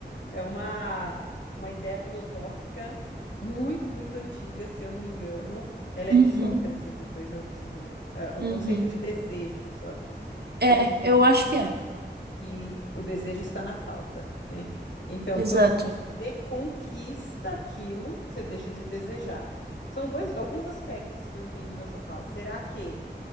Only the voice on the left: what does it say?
é uma uma ideia filosófica muito, muito antiga, se eu não me engano. Ela
é de Sócrates, depois eu preciso. é, o
conceito de desejo de Sócrates.
Ele diz
que o desejo está na falta, né? Então,
quando você conquista aquilo, você deixa de desejar. São dois, alguns aspectos que eu entendi na sua fala. Será que